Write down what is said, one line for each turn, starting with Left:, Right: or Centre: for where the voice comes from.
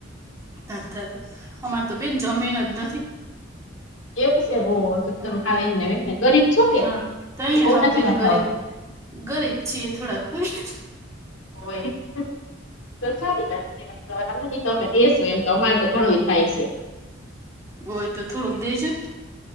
Right: <unintelligible> અમાર તો બેન જમીન જ નથી.
Left: એવું છે હો
Right: હા
Left: તમે એમને એમને કરીબ છો ક,
Right: હા તો અહી હા
Left: નથી
Right: બેન
Left: વાંધ
Right: ગરીબ
Left: આવતો.
Right: ગરીબ છીએ થોડાક હોય.
Left: ઓય તો <unintelligible> કે ભાઈ હ નહી તો અમે દસ એમ તો અમારે તો ઘણું થાય છે.
Right: હોય તો થોડુંક દેજો.